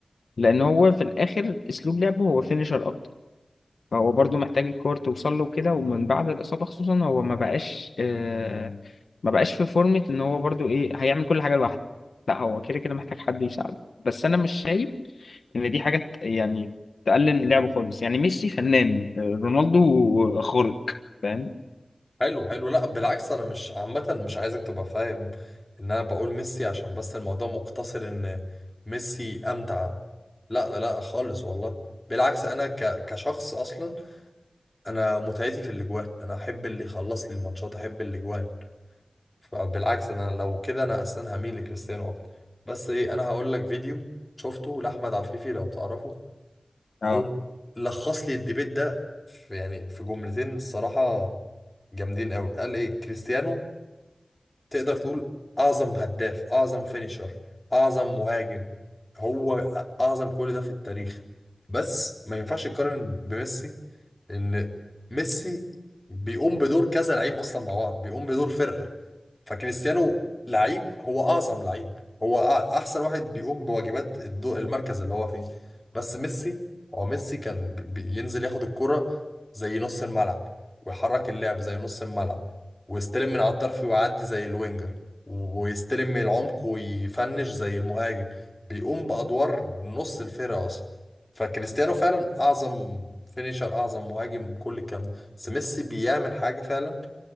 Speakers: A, on the left; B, on the left.
A: لأن هو في الآخر أسلوب لعبه هو فينيشر أكتر فهو برضو محتاج الكور توصل له كده ومن بعد الإصابة خصوصا هو ما بقاش آه... ما بقاش في فورمة إن هو برضو إيه هيعمل كل حاجة لوحده لا هو كده كده محتاج حد يساعده بس أنا مش شايف إن دي حاجة ت- يعني تقلل من لعبه خالص يعني ميسي فنان آه، رونالدو خارق فاهم
B: حلو حلو لا بالعكس انا مش عامه مش عايزك تبقى فاهم ان انا بقول ميسي عشان بس الموضوع مقتصر ان ميسي امتع لا لا خالص والله بالعكس انا ك... كشخص اصلا انا متعتي في الاجوان انا احب اللي يخلص لي الماتشات احب الاجوان فبالعكس انا لو كده انا اصلا هميل لكريستيانو اكتر بس ايه انا هقول لك فيديو شفته لاحمد عفيفي لو تعرفه
A: آه.
B: هو لخص لي الديبيت ده في يعني في جملتين الصراحه جامدين قوي قال ايه كريستيانو تقدر تقول اعظم هداف اعظم فينيشر اعظم مهاجم هو اعظم كل ده في التاريخ بس ما ينفعش يقارن بميسي ان ميسي بيقوم بدور كذا لعيب اصلا مع بعض بيقوم بدور فرقه فكريستيانو لعيب هو اعظم لعيب هو أع- احسن واحد بيقوم بواجبات الدو المركز اللي هو فيه بس ميسي هو ميسي كان بي- بينزل ياخد الكرة زي نص الملعب ويحرك اللعب زي نص الملعب ويستلم من على الطرف ويعدي زي الوينجر ويستلم من العمق ويفنش زي المهاجم بيقوم بأدوار نص الفرقة أصلا فكريستيانو فعلا أعظم فينيشر أعظم مهاجم كل الكلام ده بس ميسي بيعمل حاجة فعلا